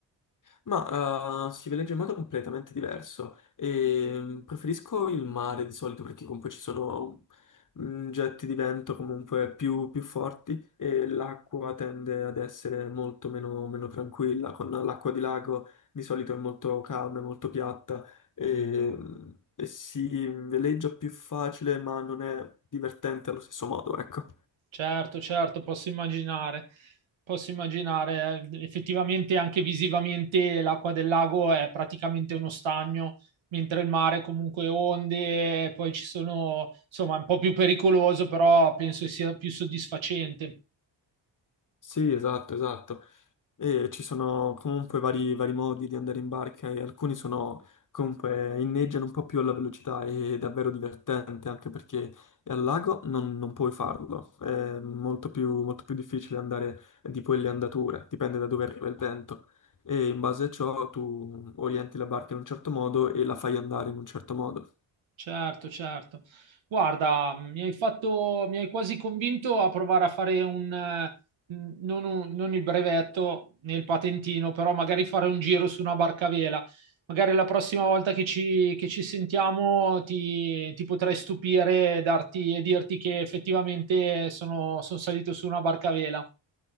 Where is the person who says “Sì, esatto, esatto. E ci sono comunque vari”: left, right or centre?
Left